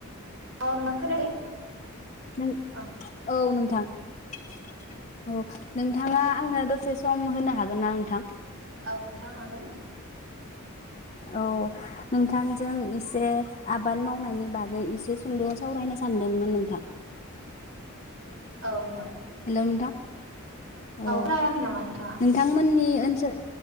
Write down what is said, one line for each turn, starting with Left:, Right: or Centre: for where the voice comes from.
Right: औ नोंथां खोनायाखै? <inaudible>
Left: नों
Right: औ।
Left: औ नोंथां। <inaudible> औ नोंथाङा आंनो दसे सम होनो हागोन ना नोंथां?
Right: औ नोंथां हागोन।
Left: औ नोंथांजों एसे आबाद मावनायनि बागै एसे सुंद' सावराय नो सानदोंमोन नोंथां।
Right: औ नोंथ
Left: हेलौ नोंथां <inaudible> औ
Right: खोनायाखै नामा नोंथाङा
Left: नोंथांमोननि ओसोल